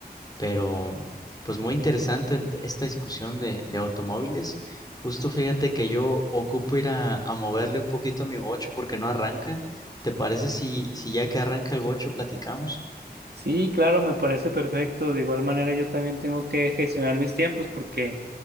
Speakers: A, on the left; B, on the right.
A: pero pues muy interesante el- esta discusión de, de automóviles. Justo fíjate que yo ocupo ir a, a moverle un poquito a mi bocho porque no arranca. ¿Te parece si, si ya que arranca el bocho platicamos?
B: Sí, claro, me parece perfecto. De igual manera, yo también tengo que gestionar mis tiempos porque